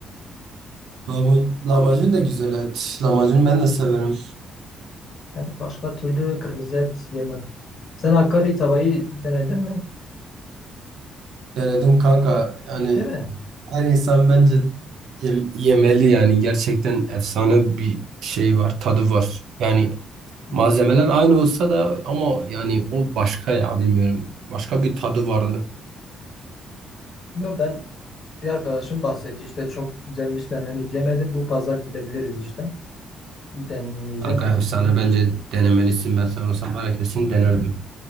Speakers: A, on the right; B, on the left.
A: Lahmacun, lahmacun da güzel et. Lahmacun ben de severim.
B: Yani başka türlü kırmızı et yemem. Sen Hakkari tavayı denedin mi?
A: Denedim kanka. Yani
B: Ciddi mi?
A: her insan bence Yem- Yemeli yani. Gerçekten efsane bir şey var. Tadı var. Yani
B: Hmm.
A: malzemeler aynı olsa da ama yani o başka ya bilmiyorum. Başka bir tadı vardı.
B: Yok ben bir arkadaşım bahsetti işte çok güzelmiş ben henüz yemedim. Bu pazar gidebiliriz işte. Bir deneyeceğim
A: Kanka
B: herhalde.
A: efsane bence denemelisin. Ben sana olsam var ya kesin denerdim.